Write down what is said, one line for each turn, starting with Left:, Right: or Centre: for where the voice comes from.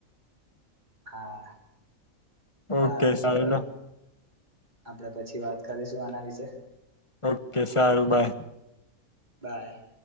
Right: હા, સારું
Left: ઓકે
Right: તો
Left: લો.
Right: આપડે પછી વાત કરીશું આના વિશે
Left: ઓકે સારું બાય
Right: બાય